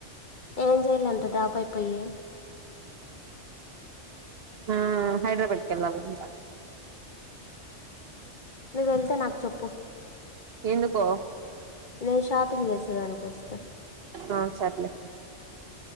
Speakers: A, on the left; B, on the right.
A: ఏం చెయాలంట డ్రాప్ అయిపోయి
B: ఆ హైదరాబాద్ కెల్లాలి అంట
A: నువ్వు వెళ్తే నాకు చెప్పు
B: ఎందుకో
A: నేను షాపింగ్ చేసేదానికి వస్తా
B: ఆ సర్లే